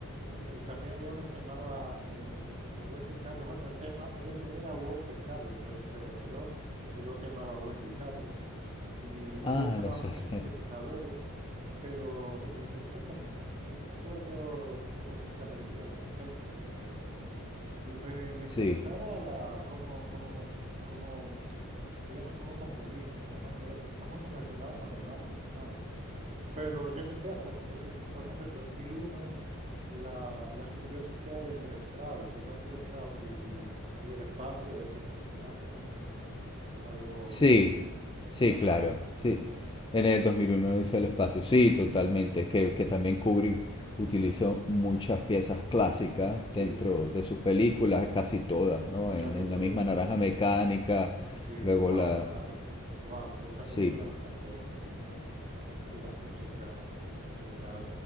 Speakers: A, on the right (about 30°); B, on the left (about 20°).
A: eh, y también había uno que se llamaba eh, Wendy Carlos. Bueno, él, se llama, él, él era Walter Carlos, pero se operó y luego se llamaba Wendy Carlos. Y,
B: Ah,
A: y él usaba
B: lo sé.
A: muchos sintetizadores,
B: <laughs>
A: pero en, eso es en, él, él sobre todo puso música a películas de los 60 y setenta. Y me, me
B: Sí,
A: interesaba la, cómo, cómo, cómo, digamos, cómo componía, la manera, cómo se relacionaba con la imagen, además. Pero yo que sé, hasta composit- por ejemplo, en 2001, la, la simbiosis que hay entre Strauss, los valses de Strauss y, y- y el espacio es impresionante para mí. Es algo
B: sí,
A: que
B: sí,
A: queda muy
B: claro,
A: bien.
B: sí. En el 2001 hizo el espacio, sí, totalmente. Es que, que también Kubrick utilizó muchas piezas clásicas
A: Sí,
B: dentro
A: sí,
B: de sus películas, casi todas, ¿no? En,
A: casi
B: en
A: todas,
B: la misma
A: sí.
B: Naranja Mecánica,
A: Sí,
B: luego
A: ah,
B: la...
A: claro. Wow, sí, esa
B: Sí.
A: película me encantó también. eh, la- y la música era